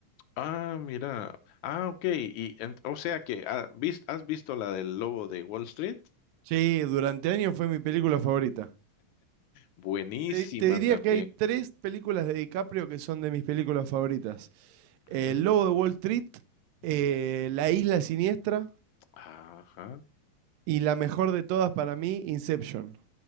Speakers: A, on the left; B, on the right.
A: Ah, mira. Ah, ok. Y, en- o sea que ah, vis- has visto la del lobo de Wall Street.
B: Sí, durante años fue mi película favorita.
A: Buenísima
B: Te, te diría
A: también.
B: que hay tres películas de DiCaprio que son de mis películas favoritas. El
A: Ujú,
B: Lobo de Wall Street,
A: ujú.
B: eh, La Isla Siniestra
A: Ajá.
B: y la mejor de todas para mí, Inception.